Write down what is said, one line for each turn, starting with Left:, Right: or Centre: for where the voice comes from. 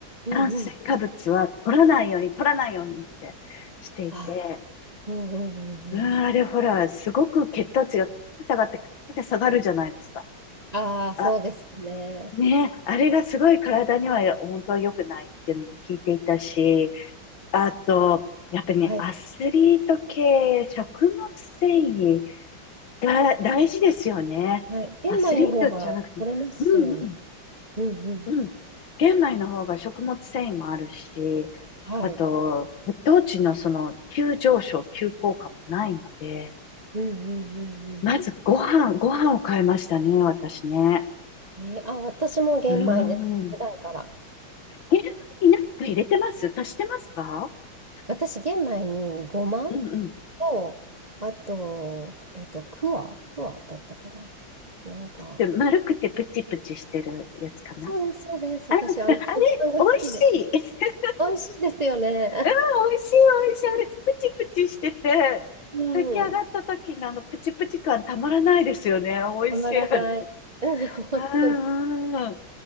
Right: うんうん。
Left: 炭水化物は取らないように、取らないようにってしていて、
Right: あー、うんうんうんうん。
Left: うん、あれほら、すごく血糖値が下がって、パ下がるじゃないですか。
Right: ああ、そうですよね。
Left: あ、ね、あれがすごい体には本当は良くないっていうのも聞いていたし、あと、やっぱりね、
Right: はい。
Left: アスリート系、食物繊維、だ、大事ですよね。
Right: はい。玄米の方が取れますよね。
Left: アスリートじゃなくても、うんうん
Right: うんうん。
Left: うん。玄米の方が食物繊維もあるし、
Right: はい。
Left: あと、血糖値のその急上昇、急降下もないので、
Right: うんうんうんうん。
Left: まずご飯、ご飯を変えましたね、私ね。
Right: えーあ、私も玄米です。
Left: うーん。
Right: 普段から。
Left: 玄米に何か入れてます足してますか
Right: 私、玄米にごま
Left: うんうん。
Right: と、あと、えっと、クワクワだったかな。なんか、
Left: で、丸くてプチプチしてるやつかな
Right: そうです、そうです。
Left: あ、
Right: 私、
Left: あれ、
Right: あの、食パンが好きで。
Left: 美味しい。<laughs>
Right: 美味しいですよね。
Left: うん、美味しい、美味しい。あれ、プチプチしてて、
Right: <laughs> うん。
Left: 炊き上がった時のあのプチプチ感たまらないですよね。美味しい、
Right: たまらない。
Left: あれ。
Right: <laughs> うん、本当に。
Left: うん好